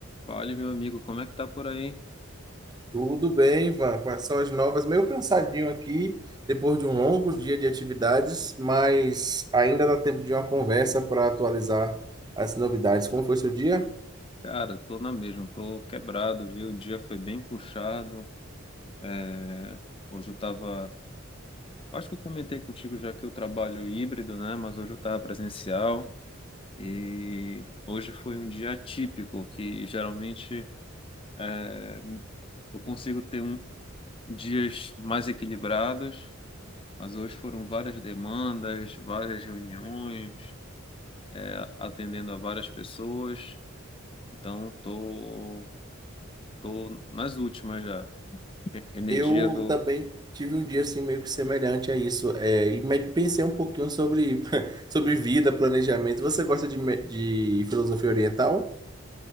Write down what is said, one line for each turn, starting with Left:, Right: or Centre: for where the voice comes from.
Left: Fale, meu amigo, como é que tá por aí?
Right: Tudo bem, Ivan? Quais são as novas? Meio cansadinho aqui, depois de um longo dia de atividades, mas ainda dá tempo de uma conversa para atualizar as novidades. Como foi seu dia?
Left: Cara, tô na mesma, tô quebrado, viu? O dia foi bem puxado. É, Hoje eu tava. Acho que eu comentei contigo já que eu trabalho híbrido, né? Mas hoje eu tava presencial. E hoje foi um dia atípico, que geralmente é, eu consigo ter um... dias mais equilibrados, mas hoje foram várias demandas, várias reuniões, é, atendendo a várias pessoas. Então, tô. Tô nas últimas já. E- Energia
Right: Eu
Left: do.
Right: também tive um dia assim meio que semelhante a isso, é, e me- pensei um pouquinho sobre, <laughs> sobre vida, planejamento. Você gosta de, me- de filosofia oriental?